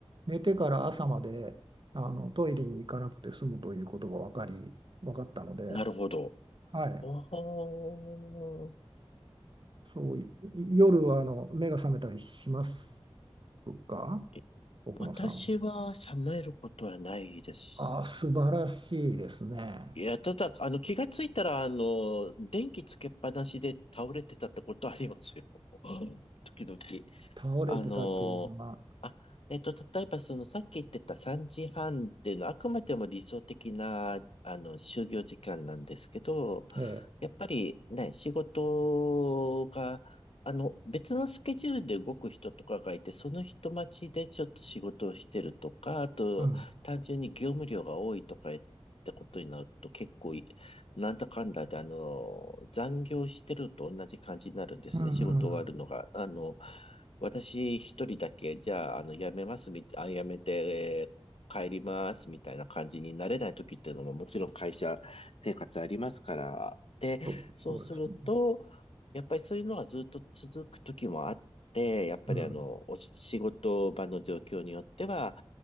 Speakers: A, on the right; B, on the left.
A: 寝てから朝まであのトイレに行かなくて済むということが分かり分かったので、
B: なるほど。
A: はい、
B: おー。
A: そうい夜はあの目が覚めたりしますか
B: え
A: 奥野さん。
B: 私は冷めることはないです。
A: ああ素晴らしいですね。
B: いや、ただ、あの、気がついたら、あの、電気つけっぱなしで倒れてたってことありますよ。<laughs> 時々。
A: 倒れてたっていうのは。
B: あのーあ、えっと、例えばそのさっき言ってた3時半っていうのはあくまでも理想的な、あの、就業時間なんですけど、
A: ええ
B: やっぱりね、仕事が、あの、別のスケジュールで動く人とかがいて、その人待ちでちょっと仕事をしてるとか、あと、
A: うん、
B: 単純に業務量が多いとかってことになると結構い、なんだかんだで、あの、残業してるのと同じ感じになるんですね、
A: うんうんう
B: 仕事終わるのが。
A: ん
B: あの、私一人だけ、じゃあ、あの、辞めますみたい、あ、辞めて、えー帰りますみたいな感じになれない時っていうのももちろん会社生活ありますから。で、
A: そうそうですね。
B: そうすると、やっぱりそういうのがずっと続く時もあって、やっぱりあの、
A: うん
B: お仕事場の状況によっては、